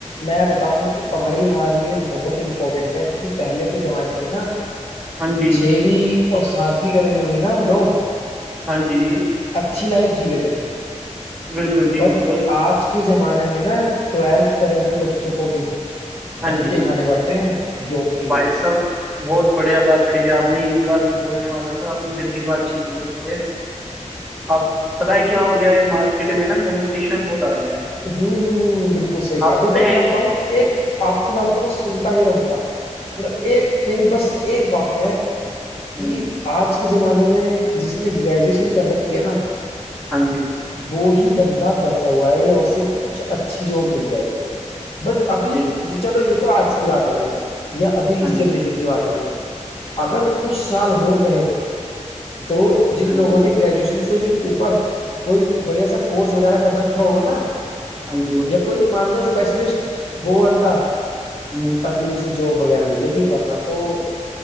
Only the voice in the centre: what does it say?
ہاں جی
ہاں جی
بالکل جی
بالکل
ہاں
جی
بھائی
صاحب بہت بڑھیا بات کہی ہے آپ نے یہی بات میں بولنے والا تھا اپنی دل کی بات چھین ہمارے آپ پتہ ہے کیا ہو گیا ہے مارکیٹ میں نا کمپٹیشن بہت آ گیا ہے
آپ
نے
ہاں جی
ہاں جی
جی
ہاں
جی
ہاں
جی
<inaudible>
ہاں